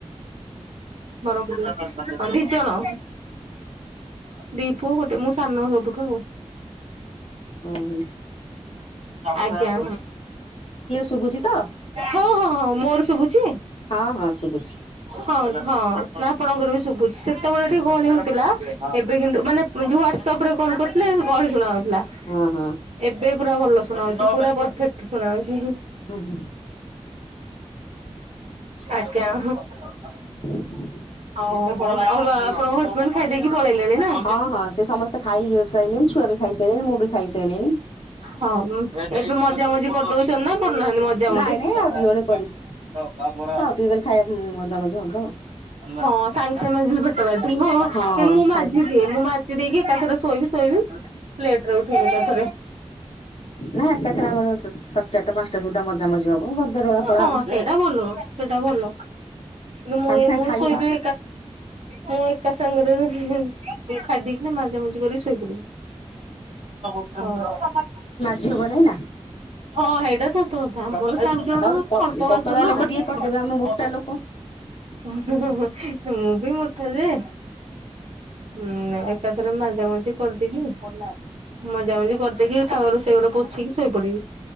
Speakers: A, on the right; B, on the left.
A: ବରଁ ଦି ଜଣ। ଦୀପୁ ଗୋଟେ ମୁଁ ସାନ ସବୁଠୁ ଆଉ।
B: ଓଃ ହୋ।
A: ଆଉ ଆଜ୍ଞା
B: ଶୁଭୁଛି ତ?
A: ହଁ ହଁ ହଁ ହଁ ମୋର ଶୁଭୁଛି।
B: ହଁ ହଁ ଶୁଗୁଛି।
A: ହଁ ହଁ ନା ଆପଣଙ୍କର ବି ଶୁଭୁଛି ସେତେବେଳେ ଟିକେ
B: ହଁ
A: ଗହଳି
B: ହଁ
A: ହଉଥିଲା ଏବେ କିନ୍ତୁ ମାନେ ାନେଉ ହ୍ୱାଟସଆପ ରେ କଲ୍ୁଥିଲେ କ ଶୁଣାଉଥିଲା।
B: ହଁ ହଁ।
A: ଏବେ ପୁରା ଭଲ ଶୁଣାଉଛି ପୁରା ପରେକ୍ଟ ଶୁଣାଉଛି।
B: ହ ହ
A: ଆଜ୍ଞା
B: <inaudible>
A: ଆଉ ଆପଣଙ୍କ ହଜବେଣ୍ଡ ଖାଇଦେଇକି ପଳେଇଲେଣି ନା।
B: ହଁ ହଁ ସେ ସମସ୍ତେ ଖାଇ ସାରିଲିଣି ଛୁଆ ବି ଖାଇସାରିଲଣି ମୁଁ ବି ଖାଇସାରିଲିଣି।
A: ହଁ ଏବେ ମଜା ମଜିଜି କରିଦଉଛନ୍ତି ନା କରୁନାହାନ୍ତି ମଜା ମଜି
B: ନାଇଁ
A: ହଉ
B: ନାଇଁ ଆଉ ଟିକେ ବେଳେ କରିବୁ
A: ବାଲ ବରା
B: ଆଉ ଟିକେ ଗଲେ ଖାଇବା ମଜାମଜି ହବ ଆଉ।
A: ହଁ ସାଙ୍ଗେସଙ୍ଗେ ମଝିଲ ପେଟ ବାଟ ହ
B: ହଁ
A: ଏ ମୁଁ
B: ଖାଇ
A: ମାଝି ଦିଏି। ମୁଁ ମାଚ ଦେଇକି ଏକାଥରେ ଶୋଇବି ଶୋଇବି ପ୍ଲେଟ ରେ ଉଠେଇବି ଏକ ଥରେ
B: ନାଇଁ କେତେରେ ଆମର ସାତ ଚାରିଟା ପାଞ୍ଚଟା ସୁଦ୍ଧା ମ ମାମ ହବ ଗଦ ରଳା ପଳା
A: ହଁ
B: ହବ।
A: ସେଇଟା ଭଲ ସେଇଟା ଭଲ କିନ୍ତୁ ମୁଁ
B: ସାଙ୍ଗେ ସାଙ୍ଗେ
A: ମଁ
B: ଖାଇକି
A: ସହିତ। ମୁଁ ଏକ ସାଙ୍ଗରେ ଖାଦିକ ନା ମାା ଗ <inaudible>
B: ଝିଉ ବନାଇନା।
A: ହଁ ସେଇଟା ତତ କଥା ମୋର ଚାରି ଜଣ
B: ତାପରେ
A: ଅଳ୍ପ
B: ପତଳା
A: ବାସନ।
B: ଲୋକ ଟିକେ କରିଦେବେ ଆମେ ମୋଟା ଲୋକ
A: ମୁଁ ବି ମୋଠା ଯେ ଁ ଏକାଥରେ ମଜାାମଜି କରିଦେବି ଭଲା ମଜା ମଜି କରିଦେଇକି ସାଘରୁ ସେଘର ପୋଛକି ଶୋଇପଡିବି।